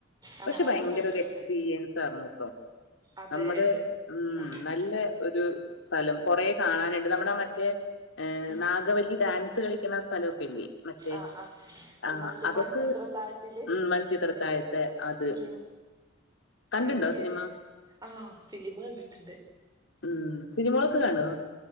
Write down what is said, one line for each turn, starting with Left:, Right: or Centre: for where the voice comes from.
Right: ആഹ്
Left: പക്ഷെ
Right: അവിടെ
Left: ഭയങ്കരൊരു
Right: കണ്ടിട്ടുണ്ട്
Left: എ ക്സ്പീരിയൻസായിരുന്നുട്ടോ
Right: അതെ
Left: നമ്മള് മ്
Right: ആഹ്
Left: നല്ല ഒരു സ്ഥലം
Right: ഉം
Left: കൊറേ കാണാന്ണ്ട് നമ്മടെ ആ മറ്റേ ഏഹ്
Right: ഉം
Left: നാഗവല്ലി ഡാൻസ് കളിക്ക്ണാ സ്ഥലവൊക്കെയില്ലേ? മറ്റേ
Right: ആഹ് ആഹ്
Left: ആഹാ
Right: മറ്റേ
Left: അതൊക്ക്
Right: മണിച്ചിത്രത്താഴത്തില്
Left: മ് മണിച്ചിത്രത്താഴത്തെ അത്
Right: ആഹ്
Left: കണ്ടിണ്ടോ
Right: അത് ശരി
Left: സിനിമ
Right: ആഹ് ഫിലിമ് കണ്ടിട്ട്ണ്ട്
Left: ഉം സിനിമോളൊക്കെ കാണോ